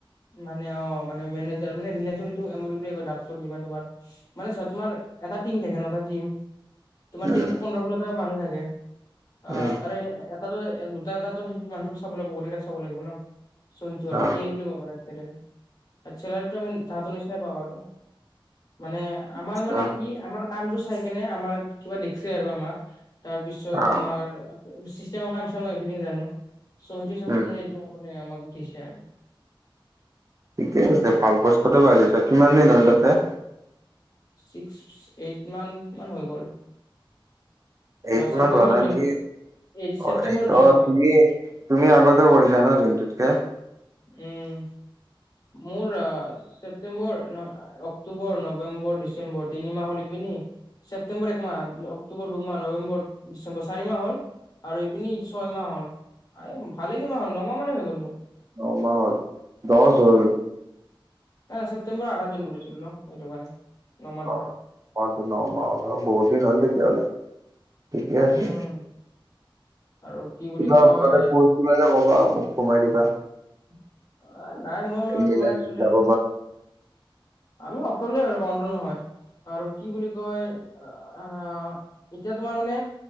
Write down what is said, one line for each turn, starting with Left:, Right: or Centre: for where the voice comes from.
Left: মানে অ মানে মেনেজাৰ মানে ৰিলেঞ্চৰ এইটো এম অ দি বুলিয়ে কয়, যিমান তোমাৰ মানে চোৱা তোমাৰ এটা টিম থাকে ন এটা টিম তোমাৰ
Right: উম
Left: টিমটোত পোন্ধৰ ষোল্লটা মানুহ থাকে আহ
Right: উম
Left: তাৰে তাত দুটা এটাতো সেইটো মানুহটোক চাব লাগিব ন, গোটেই কেইটাক চাব লাগিব ন সেইটো আৰু
Right: অ
Left: ল বুলি ক <unintelligible> চেলাৰিটো আমি তাহতো নিচিনাই পাওঁ আৰু মানে <unintelligible> আমাৰ
Right: আচ্ছা
Left: মানে কি আমাৰ কামটো চাই কেনে আমাৰ কিবা দেখছে আৰু আমাক তাৰ পিছত
Right: অ
Left: তোমাৰ চিষ্টেম ৰ কাম মই এভথিং জানো চ সেইটো চবত
Right: উম
Left: মানে এইটো <unintelligible> ম আমাক ভষে আৰু <unintelligible>
Right: ঠিকেই আছে ভাল প্ৰস্তাতে পাই গৈছা কিমান দিন হ'ল তাতে?
Left: ছিক্স এইট মান মান হৈ গ'ল। তোমাৰ
Right: এইট
Left: ছেপ্তেম্বৰত
Right: মান <unintelligible>
Left: জইন এই ছেপ্তেম্বৰত
Right: অ এইটো
Left: জইন কৰিছো
Right: তুমি তুমি আগতেও কৰিছা ন দিনটোতকে?
Left: উম মোৰ অ। চেপটেম্বৰ অক্টোবৰ নৱেম্বৰ ডিচেম্বৰ তিনিমাহ হ'ল এইপিনে ছেপ্টেম্বৰ একমাহ অক্টোবৰ দুমাহ নৱেম্বৰ ডিচেম্বৰ চাৰি মাহ হ'ল। আৰু ইপিনি ছয়মাহ হল এ ভালেক মাহ হল নমাহ মানে হৈ গ'ল মোৰ।
Right: অমাহ হল দহ হ'ল
Left: হ ছেপ্তেম্বৰ আধাত জইন কৰিছিলো ন এইটো কাৰণে। নমাহ ধৰা
Right: আহ পটো ন ম বহুত দিন হল তেতিয়া হলে। ঠিকে আছে।
Left: উম, আৰু কি
Right: কিবা
Left: বুলি কয়
Right: তাতে প্র কিবা মোক সোমাই দিবা
Left: অ নাই মই
Right: মিলাই
Left: তোমাৰ একচলি
Right: যাব
Left: আমি অণ্ডল হয় <unintelligible> আৰু কি বুলি কয় আহ এতিয়া তোমাৰ মানে